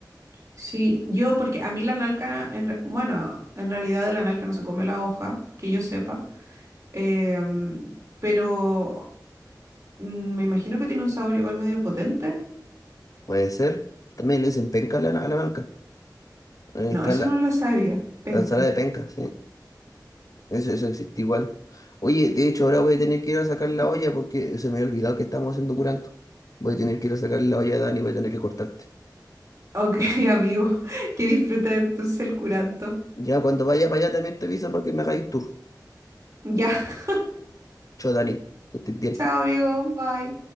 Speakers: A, on the right; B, on the left.
A: Sí, yo, porque a mí la nalca, en re- bueno, en realidad de la nalca no se come la hoja, que yo sepa. em, pero mm, me imagino que tiene un sabor igual medio potente.
B: Puede ser. También le dicen penca a la, a la banca. Ahí
A: No,
B: está
A: eso
B: la,
A: no lo sabía. Penca.
B: la ensalada de penca, sí. Eso, eso existe igual. Oye, de hecho, ahora voy a tener que ir a sacar la olla porque se me había olvidado que estamos haciendo curanto. Voy a tener que ir a sacar la olla, Dani, voy a tener que cortarte.
A: Ok, <laughs> amigo, que disfrutes entonces el curanto.
B: Ya cuando vaya para allá también te aviso para que me hagáis tour.
A: Ya, <laughs>
B: Chao, Dani, que estés bien.
A: chao, amigo, bye.